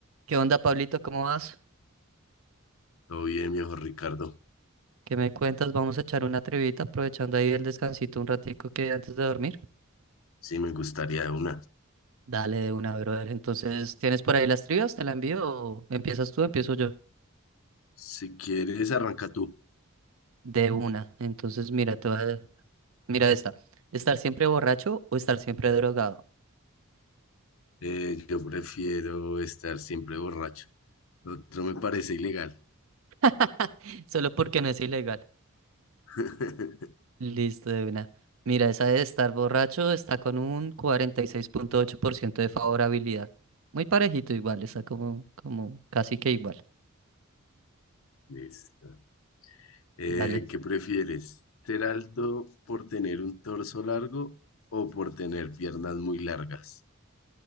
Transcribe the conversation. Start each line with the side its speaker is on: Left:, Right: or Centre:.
Right: ¿Qué onda, Pablito? ¿Cómo vas?
Left: Todo bien, viejo Ricardo.
Right: ¿Qué me cuentas? Vamos a echar una trivita aprovechando ahí el descansito un ratico que antes de dormir.
Left: Sí, me gustaría de una.
Right: Dale de una, brother. Entonces, ¿tienes por ahí las trivias? ¿Te la envío o empiezas tú, empiezo yo?
Left: Si quieres, arranca tú.
Right: De una. Entonces, mira, te voy a- mira esta. ¿Estar siempre borracho o estar siempre drogado?
Left: Eh, yo prefiero estar siempre borracho. Lo otro me parece ilegal.
Right: <laughs> Solo porque no es ilegal.
Left: <laughs>
Right: Listo, de una. Mira, esa de estar borracho está con un cuarenta y seis punto ocho por ciento de favorabilidad. Muy parejito igual, está como, como casi que igual.
Left: Listo. Eh,
Right: Dale.
Left: ¿qué prefieres? ¿Ser alto por tener un torso largo o por tener piernas muy largas?